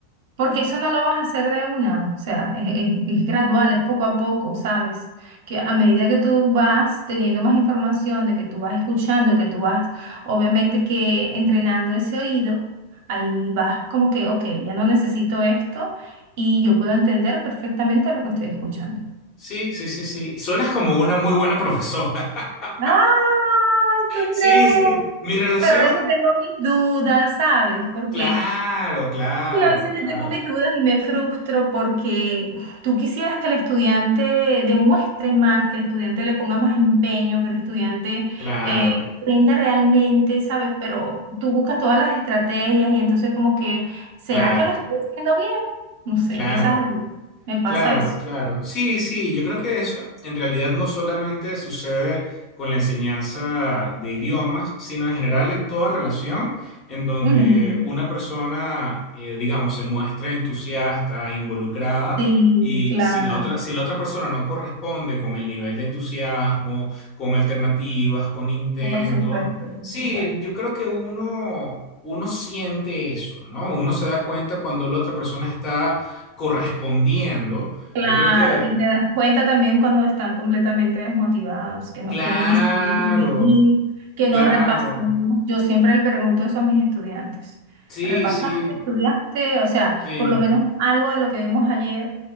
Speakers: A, on the right (about 60°); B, on the left (about 40°).
A: Porque eso no lo vas a hacer de una, o sea, es, es- es gradual, es poco a poco, ¿sabes? Que a medida que tú vas teniendo más información, de que tú vas escuchando, que tú vas, obviamente que entrenando ese oído, ahí vas como que, ok, ya no necesito esto y yo puedo entender perfectamente lo que estoy escuchando.
B: Sí, sí, sí, sí. Suenas como una muy buena profesora. <laughs>
A: Ay, ¿tú
B: Sí,
A: crees?
B: sí. Mi relación,
A: Pero a veces tengo mis dudas, ¿sabes? Porque
B: claro, claro,
A: sí, a veces
B: claro,
A: yo tengo mis dudas y me frustro porque tú quisieras que el estudiante demuestre más, que el estudiante le ponga más empeño, que el estudiante
B: claro,
A: eh, aprenda realmente, ¿sabes? Pero tú buscas todas las estrategias y entonces como que, ¿será
B: claro,
A: que lo estoy haciendo bien? No sé,
B: claro.
A: empiezas a... Me pasa
B: Claro,
A: eso.
B: claro. Sí, sí, yo creo que eso en realidad no solamente sucede con la enseñanza de idiomas, sino en general en toda relación en donde
A: Ujú.
B: una persona, eh, digamos, se muestra entusiasta, involucrada,
A: Sí,
B: y
A: claro.
B: si la otra, si la otra persona no corresponde con el nivel de entusiasmo, con alternativas, con intentos,
A: Por supuesto, por
B: sí,
A: supuesto.
B: yo creo que uno, uno siente eso, ¿no? Uno se da cuenta cuando la otra persona está correspondiendo,
A: Claro,
B: yo creo que,
A: y te das cuenta también cuando están completamente desmotivados, que no
B: claro,
A: quieren ni siquiera intervenir, que
B: claro,
A: no repasó. Yo siempre le pregunto eso a mis estudiantes.
B: sí,
A: ¿Repasaste?
B: sí,
A: ¿Estudiaste? O sea,
B: sí,
A: por lo menos algo de lo que vimos ayer.